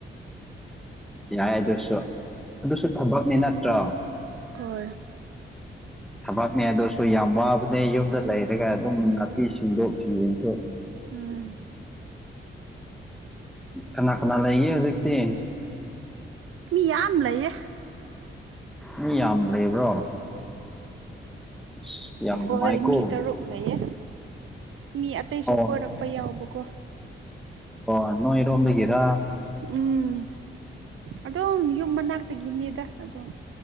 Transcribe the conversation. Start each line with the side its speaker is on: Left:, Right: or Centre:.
Centre: ꯌꯥꯏ ꯑꯗꯨꯁꯨ ꯑꯗꯨꯁꯨ ꯊꯕꯛꯅꯤ ꯅꯠꯇ꯭ꯔꯣ
Right: ꯀꯜ
Centre: ꯊꯕꯛꯅꯦ ꯑꯗꯨꯁꯨ ꯌꯥꯝ ꯋꯥꯕꯅꯦ ꯌꯨꯝꯗ ꯂꯩꯔꯒ ꯑꯗꯨꯝ ꯅꯥꯄꯤ ꯁꯤꯡꯗꯣꯛ ꯁꯤꯡꯖꯤꯟꯁꯨ
Right: ꯎꯝ
Centre: ꯀꯅꯥ ꯀꯅꯥ ꯂꯩꯒꯦ ꯍꯧꯖꯤꯛꯇꯤ
Right: ꯃꯤ ꯌꯥꯝ ꯂꯩꯌꯦ
Centre: ꯃꯤ ꯌꯥꯝ ꯂꯩꯕ꯭ꯔꯣ ꯑꯁ ꯌꯥꯝ
Right: ꯎꯝ ꯀꯣꯏ
Centre: ꯅꯨꯡꯉꯥꯏꯀꯣ
Right: ꯃꯤ ꯇꯔꯨꯛ ꯂꯩꯌꯦ ꯃꯤ ꯑꯇꯩꯁꯨ
Centre: ꯑꯣ
Right: ꯀꯣꯏꯔꯛꯄ ꯌꯥꯎꯕꯀꯣ
Centre: ꯑꯣ ꯅꯣꯏ ꯏꯔꯣꯝ ꯂꯩꯒꯦꯔ
Right: ꯎꯝ ꯑꯗꯨꯝ ꯌꯨꯝ ꯃꯅꯥꯛꯇꯒꯤꯅꯤꯗ ꯑꯗꯨꯝ